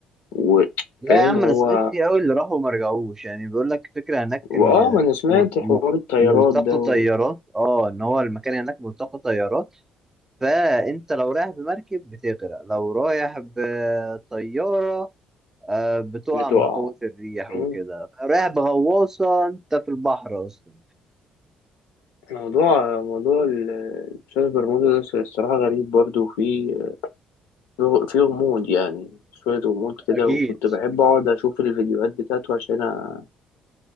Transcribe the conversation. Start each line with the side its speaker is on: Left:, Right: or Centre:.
Left: و...
Right: لا
Left: فاهم
Right: يا عم
Left: هو
Right: انا سمعت كتير قوي اللي راحوا وما رجعوش يعني بيقول لك فكره هناك ان
Left: واه ما انا سمعت
Right: مر-
Left: حوار
Right: م-
Left: الطيارات
Right: ملتقى
Left: ده
Right: طيارات
Left: و...
Right: اه ان هو المكان هناك ملتقى طيارات فانت لو رايح بمركب بتغرق لو رايح بطياره آه، بتقع
Left: بتقع
Right: من قوه الريح وكده
Left: مم.
Right: رايح بغواصه انت في البحر اصلا
Left: موضوع موضوع ال- الأستاذ برمودا ده الصراحة غريب برضه وفيه في في غموض يعني شوية غموض كده
Right: فاكيد
Left: وكنت بحب أقعد أشوف الفيديوهات بتاعته عشان أ-